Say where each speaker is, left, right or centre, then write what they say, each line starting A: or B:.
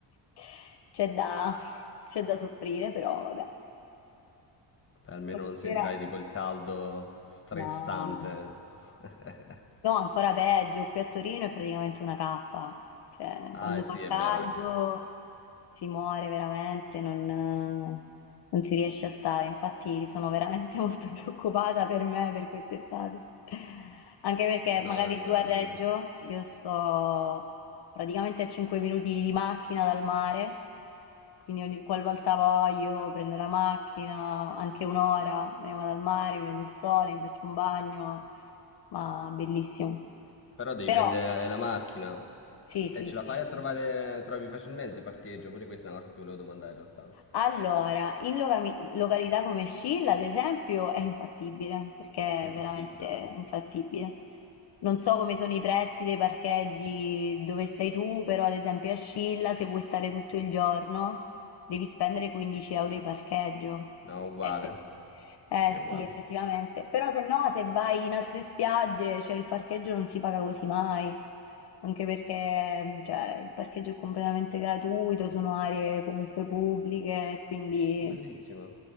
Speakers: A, on the left; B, on the left.
A: <laughs> c'è da... c'è da soffrire, però vabbè.
B: beh, almeno
A: Considera...
B: non sentirai tipo il caldo stressante.
A: No.
B: <laughs>
A: No, ancora peggio, qui a Torino è praticamente una cappa, cioè
B: Ah,
A: quando
B: sì,
A: fa
B: è
A: caldo
B: vero perché...
A: si muore veramente, non, non si riesce a stare, infatti sono veramente <laughs> molto preoccupata per me per quest'estate, anche perché
B: No,
A: magari
B: immagino.
A: giù a Reggio io sto praticamente a 5 minuti di macchina dal mare, quindi ogni qualvolta voglio prendo la macchina, anche un'ora, me ne vado al mare, mi prendo il sole, mi faccio un bagno, ma bellissimo.
B: Però devi
A: Però,
B: prendere eh, la macchina.
A: sì, sì,
B: E ce
A: sì,
B: la fai
A: sì.
B: a trovare, trovi facilmente parcheggio? Pure questa è una cosa che ti volevo domandare in realtà.
A: Allora, in locami- località come Scilla, ad esempio, è infattibile, perché
B: È impossibile.
A: è veramente infattibile. Non so come sono i prezzi dei parcheggi dove sei tu, però ad esempio a Scilla, se vuoi stare tutto il giorno, devi spendere 15 euro di parcheggio.
B: No, uguale.
A: Effe- eh
B: Sì, è uguale.
A: sì, effettivamente. Però se no, se vai in altre spiagge, cioè il parcheggio non si paga quasi mai. anche perché mh, cioè, il parcheggio è completamente gratuito, sono aree comunque pubbliche, quindi
B: Bellissimo.